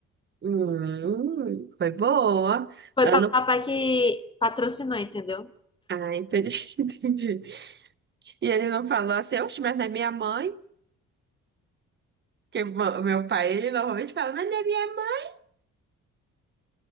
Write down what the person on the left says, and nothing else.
Foi
papai que patrocinou, entendeu?